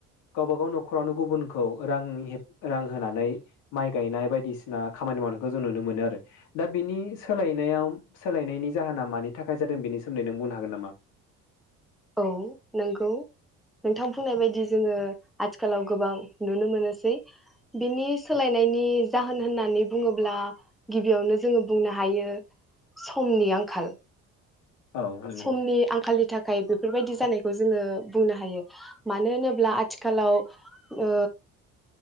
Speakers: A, on the left; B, in the centre.
A: गावबा-गाव न'खरावनो गुबुनखौ रांनि हेब रां होनानै माइ गायनाय बायदिसिना खामानि मावनायखौ जों नुनो मोनो आरो । दा बिनि सोलायनायाव सोलायनायनि जाहोना मानि थाखाय जादों बेनि सोमोन्दै नों बुंनो हागोन नामा?
B: औ नोंगौ नोंथां बुंनाय बायदि जोङो आथिखालाव गोबां नुनो मोनोसै बिनि सोलायनायनि जाहोन होननानै बुङोब्ला गिबियावनो जोङो बुंनो हायो समनि आंखाल
A: औ नंगौ
B: समनि आंखालि थाखाय बेफोरबायदि जानायखौ जोङो बुंनो हायो मानो होनोब्ला आथिखालाव ओ